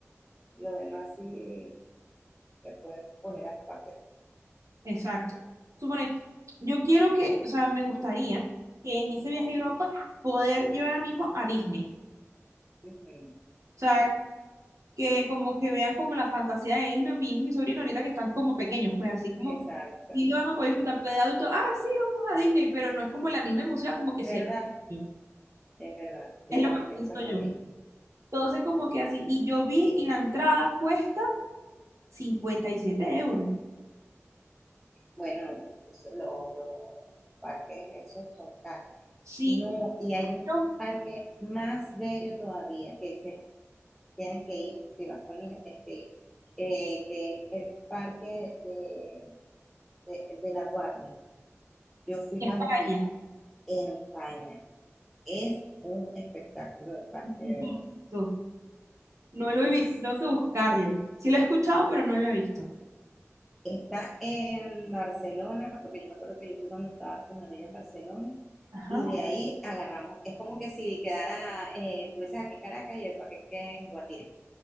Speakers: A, in the centre; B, on the right.
A: lo demás sí se puede poner aparte.
B: exacto. Supone, yo quiero que, o sea, me gustaría que en ese viaje a Europa poder llevar a mi hijo a Disney.
A: Ujú,
B: O sea, que como que vean como la fantasía de Disney, mi hijo y mi sobrino ahorita que están como pequeños, pues así como,
A: Exacto,
B: y lo van a poder disfrutar, porque de adulto, ah, sí, vamos a Disney, pero no es como la misma emoción como que
A: ¿verdad?
B: si era niño.
A: Es verdad, yo
B: Es lo
A: también
B: que
A: pienso
B: pienso
A: lo
B: yo.
A: mismo.
B: Entonces, como que así, y yo vi, y la entrada cuesta 57 euros.
A: Bueno, es que eso- lo- los parques esos son caros.
B: Sí,
A: No, y hay un
B: yo,
A: parque más bello todavía que dice, tienes que ir, si vas con niños tienes que ir, eh, que es el parque de, de, de La Guardia. Yo fui
B: en
A: cuando
B: España.
A: fui en España. Es un espectáculo de parque,
B: Visto.
A: de verdad.
B: No lo he
A: Yo
B: visto,
A: s-
B: tengo que buscarlo. Sí lo he escuchado, pero no lo he visto.
A: está en Barcelona, porque yo me acuerdo que yo fui cuando estaba con mi amiga en Barcelona,
B: Ajá.
A: y de ahí agarramos. Es como que si quedara, eh, tú dices aquí en Caracas y el paquete en Guatire.